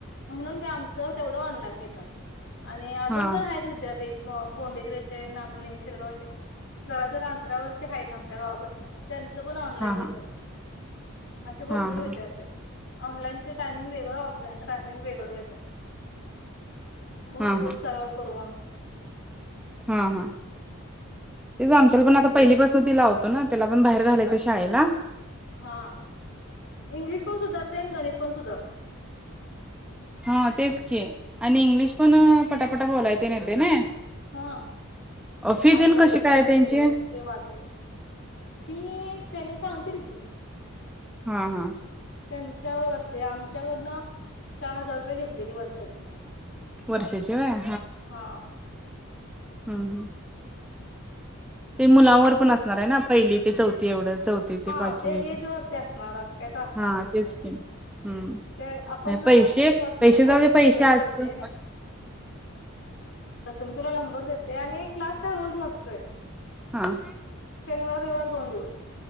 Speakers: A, on the left; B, in the centre.
A: म्हणून ते आमचं तेवढं ऑनलाईन घेतात, आणि अजून
B: हा
A: पण आहेत विद्यार्थी. कोंडेगिरीचे ना निमशिरगावचे जरा जरा अंतरावरचे आहेतच आमच्या गावापासनं. त्यांचं पण ऑनलाईन
B: हा
A: घेतात,
B: हा
A: असे भरपूर
B: हा हा
A: विद्यार्थी आहेत ऑनलाईन ते टाईमिंग वेगळ ऑफलाईनचं टाईमिंग वेगळं घेतात. भरपूर
B: हा हा
A: सराव करून
B: हा हा. ते आमच्याला पण आता पहिलीपासून ति लावतो ना त्याला पण बाहेर घालायचं शाळेला.
A: हा इंग्लिश पण सुधारतंय, आणि गणित पण सुधारतंय.
B: हा तेच कि, आणि इंग्लिश पण पटापटा बोलायते येते ना?
A: हा
B: फी
A: आत्मविश्वास
B: तेन कशी काय
A: असतोय
B: त्यांचे
A: बॉ, ते वाढतंय. फी त्याने सांगतील की.
B: हं हं.
A: त्यांच्यावर असते आमच्याकडनं चार हजार रुपये घेतलेली वर्षाची.
B: वर्षाची होय हा
A: हां
B: हम हम्म ते मुलावर
A: एक
B: पण
A: वर्ष
B: असणार आहे ना पहिली ते चौथी एवढं. चौथी
A: हा
B: पाचवी
A: ते येजवरती असणार अस काही तर असणार
B: हा
A: त्यांचं.
B: तेच की हम्म
A: ते आपण
B: नाही पैसे,
A: पर्सनली
B: पैसे
A: बोललेलं
B: जाऊ दे
A: वेगळंच
B: पैसे आजचं
A: पडते ना तसं मी तुला नंबर देते आणि क्लास काय रोज नसतोय.
B: हां
A: शनिवार रविवार दोन दिवस.